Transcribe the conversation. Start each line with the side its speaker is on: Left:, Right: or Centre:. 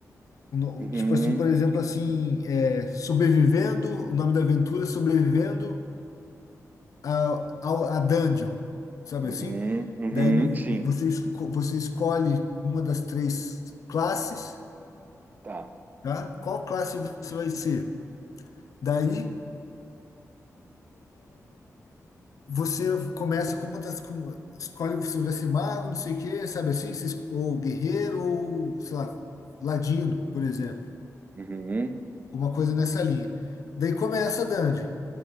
Left: O no-
Right: Uhum,
Left: Tipo assim, por exemplo, assim, é, sobrevivendo, o nome da aventura, é sobrevivendo a, ao- a, dungeon, sabe
Right: uhum,
Left: assim?
Right: uhum,
Left: Daí no,
Right: sim.
Left: você, esco- você escolhe uma das três classes,
Right: Tá.
Left: tá? Qual classe você vai ser? Daí Você começa com uma das. com uma- escolhe se vai ser mago, não sei o quê, sabe assim? Se es- Ou guerreiro, ou, sei lá, ladino, por exemplo.
Right: Uhum,
Left: Alguma coisa nessa linha. Daí começa a dungeon.